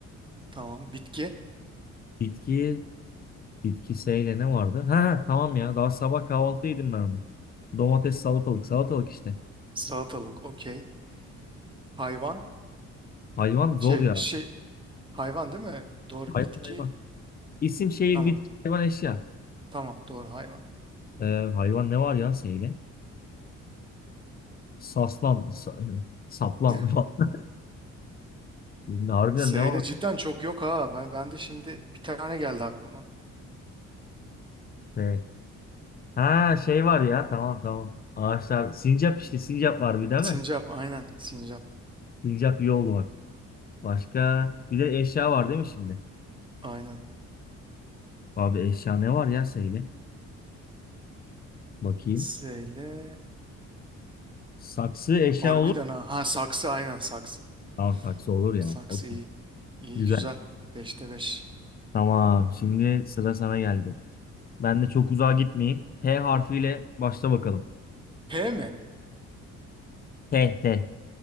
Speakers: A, on the right; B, on the left.
A: Tamam. Bitki.
B: Bitki, bitki seyle ne vardı? Ha tamam ya. Daha sabah kahvaltı yedim ben onu. Domates, salatalık. Salatalık işte.
A: Salatalık. Okey. Hayvan.
B: Hayvan zor
A: Şey
B: ya.
A: şey. Hayvan değil mi? Doğru.
B: Hayvan
A: Bitki.
B: hayvan. İsim, şehir,
A: Tamam.
B: bitki, hayvan, eşya.
A: Tamam. Doğru. Hayvan.
B: E, hayvan ne var ya seyle? Saslan, sa, saplan
A: <laughs>
B: <laughs> falan. Harbiden
A: S
B: ne var?
A: ile cidden çok yok ha. Ben, ben de şimdi bir tane geldi aklıma.
B: Şey. Ha şey var ya tamam tamam. Ağaçlar. Sincap işte sincap var bir değil
A: Sincap.
B: mi?
A: Aynen. Sincap.
B: Sincap iyi oldu bak. Başka bir de eşya var değil mi şimdi?
A: Aynen.
B: Abi eşya ne var ya Seyle? Bakayım.
A: S ile
B: Saksı eşya
A: harbiden
B: olur. mu?
A: ha. Ha saksı. Aynen saksı.
B: Tamam saksı olur ya.
A: Saksı
B: Okey.
A: iyi. İyi
B: Güzel.
A: güzel. beşte 5.
B: Tamam şimdi sıra sana geldi. Ben de çok uzağa gitmeyeyim. T harfiyle başla bakalım.
A: P mi?
B: T T.